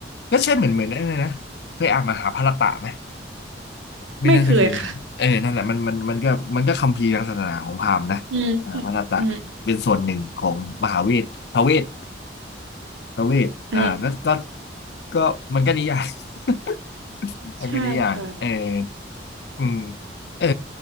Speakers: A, on the left; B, on the right.
A: ก็ใช่เหมือนเหมือนนั่นเลยนะเคยอ่านมหาภารตะไหมไม่น่าจะเคยเออนั่นแหละมันมันมันก็มันก็คัมภีร์ทางศาสนาของพราหมณ์นะมหาภารตะเป็นส่วนหนึ่งของมหาเวทพระเวท
B: ไม่เคยค่ะ อืมอืม
A: ประเวทอ่าก็ก็
B: อืม
A: ก็มันก็นิยาย <laughs> มันก็นิยายเออ
B: ใช่ค่ะ
A: อืมเออ